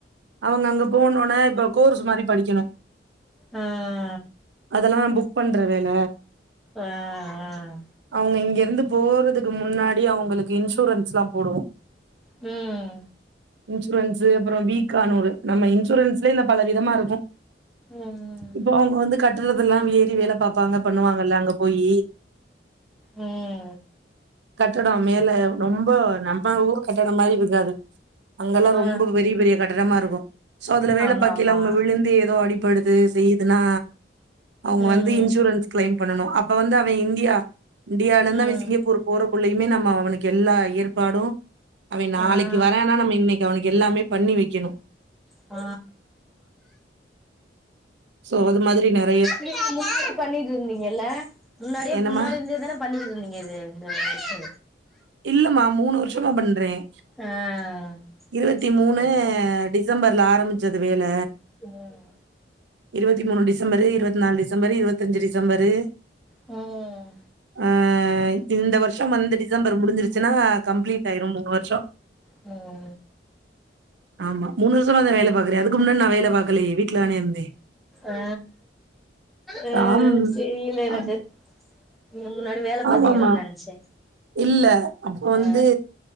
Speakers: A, on the right; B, in the centre.
A: அவங்க அங்க போனோன இப்ப கோர்ஸ் மாரி படிக்கணும்
B: ஆ
A: அதல்லாம் புக் பண்ற வேல
B: ஆ ஆ
A: அவங்க இங்க இருந்து போறதுக்கு முன்னாடி அவங்களுக்கு இன்சூரன்ஸ்லாம் போடுவோ
B: ம்
A: இன்சூரன்ஸ்ஸு அப்புறம் வீக்கான்னு ஒரு நம்ம இன்சூரன்ஸ்லய இந்த பல விதமா இருக்கும்
B: ம்
A: இப்போ அவங்க வந்து கட்டுறது எல்லா ஏறி வேலை பாப்பாங்க பண்ணுவாங்கல்ல அங்க போயி
B: ம்
A: கட்டடம் மேல ரொம்ப நம்ம ஊர் கட்டடம் மாரி இருக்காது அங்கல்லாம்
B: ஆ
A: ரொம்ப பெரிய பெரிய கட்டடமா இருக்கும் சோ அதுல வேல
B: ஆமாமா
A: பாக்கயில அவங்க விழுந்து ஏதோ அடிபடுது செய்யுதுன்னா அவங்க
B: ம்
A: வந்து இன்சூரன்ஸ் கிளைம் பண்ணனும் அப்ப வந்து அவன் இந்தியா இந்தியாலந்து
B: ம்
A: அவன் சிங்கப்பூர் போறக்குள்ளயுமே நம்ம அவனுக்கு எல்லா ஏற்பாடும் அவன் நாளைக்கு
B: ஆ
A: வரனா நம்ம இன்னைக்கு இங்க அவனுக்கு எல்லாமே பண்ணி வக்கணும்
B: ஆ
A: சோ அது மாதிரி நேர
B: நீங்க முன்னாடி பண்ணிட்டுருந்தீங்கல்ல முன்னாடியே
A: என்னம்மா
B: முன்னாடி இருந்த தானே பண்ணிட்டு இருந்தீங்க இது இந்த வொர்க்கு
A: இல்லமா மூணு வருஷமா பண்றேன்
B: ஆ
A: இருவத்தி மூணு
B: சரி சரி
A: டிசம்பர்லே ஆரம்ச்சது வேல
B: ம்
A: இருவத்தி மூணு டிசம்பரு இருவத் நாலு டிசம்பரு இருவதஞ்சு டிசம்பரு
B: ம்
A: ஆ இந்த வர்ஷம் வந்து டிசம்பர் முடி்சிருச்சுனா கம்ப்ளீட் ஆயிரும் மூணு வருஷம்
B: ம்
A: ஆமா மூணு வருசமா தா வேல பாக்கறேன் அதுக்கு முன்னாடி நான் வேலை பாாக்கலயே வீட்லதானே இந்தேன்
B: ஆ அ
A: ஆம்
B: சரில்ல எனக்கு
A: ஆம்
B: நீங்க முன்னாடி வேல
A: ஆமாமா
B: பாத்தீங்களோன்னு நெனச்சே
A: இல்ல அப்ப வந்து
B: ஆ